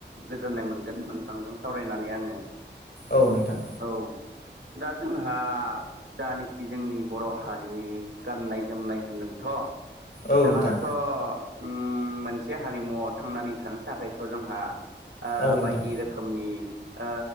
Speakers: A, on the right; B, on the left.
A: गोजोननाय मोन नोंथांजों सावरायनानै आङो
B: औ नोंथां।
A: औ दा जोंहा जानोखि जोंनि बर' हारिनि गाननाय जोमनाय होनदों थ'
B: औ
A: जोंहाथ'
B: नोंथां
A: उम मोनसे हारिमुवआव थांनानै थानो थाखायथ' जोंहा ओ
B: औ नोंथां
A: बाइक रोखोमनि ओ